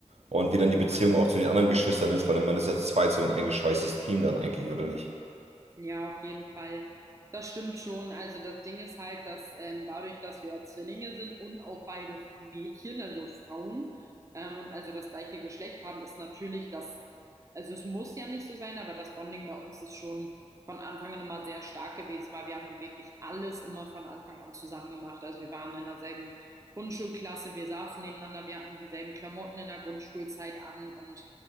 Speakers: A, on the right; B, on the right.
A: und wie dann die Beziehung auch zu den anderen Geschwistern ist, weil man ist ja zu zweit so ein eingeschweißtes Team dann eigentlich, oder nicht?
B: Ja, auf jeden Fall. Das stimmt schon. Also das Ding ist halt, dass ähm, dadurch, dass wir ja Zwillinge sind und auch beide Mädchen, also Frauen, ähm, und also das gleiche Geschlecht haben, ist natürlich das, also es muss ja nicht so sein, aber das Bonding bei uns ist schon von Anfang an immer sehr stark gewesen, weil wir haben wirklich alles immer von Anfang an zusammen gemacht. Also wir waren in derselben Grundschulklasse, wir saßen nebeneinander, wir hatten dieselben Klamotten in der Grundschulzeit an und